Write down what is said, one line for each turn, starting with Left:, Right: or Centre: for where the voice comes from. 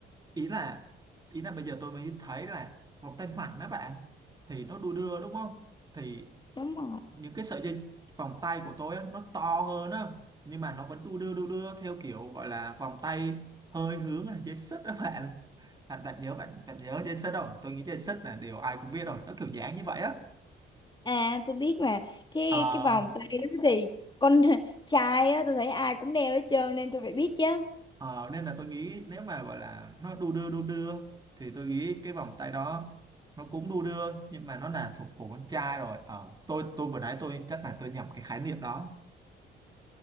Right: ý là ý là bây giờ tôi mới thấy là vòng tay phẳng đó bạn thì nó đu đưa đúng không thì
Left: đúng rồi
Right: những cái sợi dây vòng tay của tôi á, nó to hơn á nhưng mà nó vẫn đu đưa đu đưa theo kiểu gọi là vòng tay hơi hướng là dây xích đó bạn bạn, bạn nhớ bạn bạn nhớ dây xích không tôi nghĩ dây xích là điều ai cũng biết rồi nó kiểu dáng như vậy á
Left: À tôi biết mà cái
Right: Ờ,
Left: cái vòng tay đó thì con <laughs> trai á tôi thấy ai cũng đeo hết trơn nên tôi phải biết chứ.
Right: Ờ, nên là tôi nghĩ nếu mà gọi là nó đu đưa đu đưa thì tôi nghĩ cái vòng tay đó nó cũng đu đưa nhưng mà nó là thuộc của con trai rồi ờ, tôi tôi vừa nãy tôi chắc là tôi nhầm cái khái niệm đó